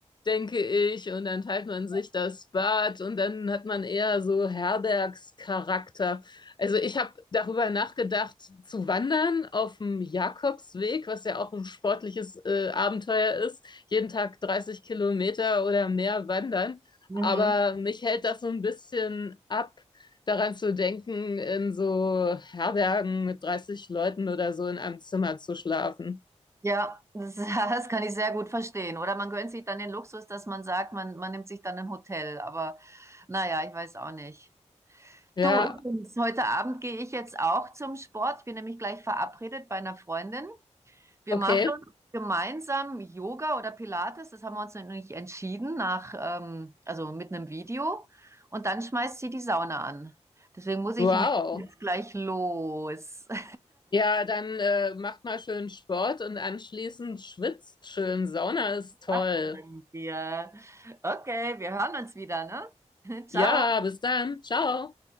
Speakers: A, on the left; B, on the right.
A: denke ich, und dann teilt man
B: Ja.
A: sich das Bad und dann hat man eher so Herbergscharakter. Also ich habe darüber nachgedacht, zu wandern auf dem Jakobsweg, was ja auch ein sportliches äh, Abenteuer ist, jeden Tag 30 Kilometer oder mehr wandern.
B: Mhm.
A: Aber mich hält das so ein bisschen ab daran zu denken, in so Herbergen mit 30 Leuten oder so in einem Zimmer zu schlafen.
B: Ja, das, <laughs> das kann ich sehr gut verstehen. Oder man gönnt sich dann den Luxus, dass man sagt, man, man nimmt sich dann ein Hotel. Aber naja, ich weiß auch nicht.
A: Ja,
B: Du, übrigens, heute Abend gehe ich jetzt auch zum Sport. Ich bin nämlich gleich verabredet bei einer Freundin. Wir
A: okay.
B: machen gemeinsam Yoga oder Pilates. Das haben wir uns noch nicht entschieden, nach, ähm, also mit einem Video. Und dann schmeißt sie die Sauna an. Deswegen muss ich
A: Wow.
B: nämlich jetzt gleich los. <laughs>
A: Ja, dann äh, macht mal schön Sport und anschließend schwitzt schön. Sauna ist toll.
B: Machen wir. Okay, wir hören uns wieder, ne? <laughs> Ciao.
A: Ja, bis dann. Ciao.